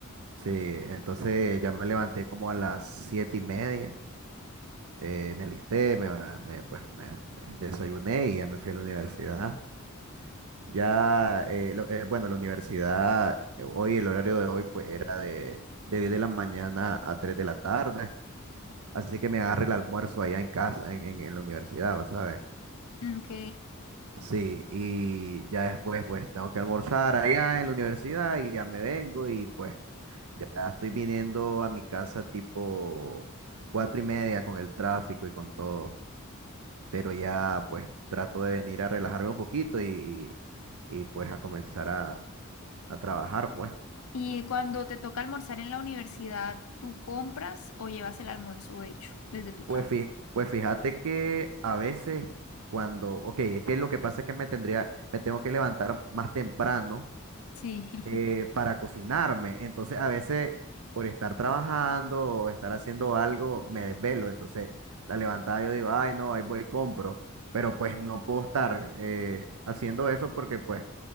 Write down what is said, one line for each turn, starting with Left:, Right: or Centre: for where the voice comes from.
Right: Sí, entonces ya me levanté como a las 7 y media. eh, me alisté, me, ba- me, pues, me, me desayuné y ya me fui a la universidad. Ya, eh, lo- eh, bueno, la universidad, eh, hoy, el horario de hoy, pues era de, de 10 de la mañana a 3 de la tarde, así que me agarré el almuerzo allá en casa, en, en, en la universidad, ¿vos ¿sabes?
Left: <laughs> ok.
Right: Sí, y ya después, pues tengo que almorzar allá en la universidad y ya me vengo y pues ya estoy viniendo a mi casa tipo 4 y media con el tráfico y con todo, pero ya pues trato de venir a relajarme un poquito y, y, y, pues a comenzar a, a trabajar, pues.
Left: Y cuando te toca almorzar en la universidad, ¿tú compras o llevas el almuerzo hecho desde tu casa?
Right: Pues, fí pues fíjate que a veces cuando, ok, es que lo que pasa es que me tendría, me tengo que levantar más temprano
Left: Sí, <laughs>
Right: eh, para cocinarme. Entonces a veces por estar trabajando o estar haciendo algo me desvelo. Entonces la levantada yo digo, ay no, ahí voy y compro. Pero pues no puedo estar eh, haciendo eso porque pues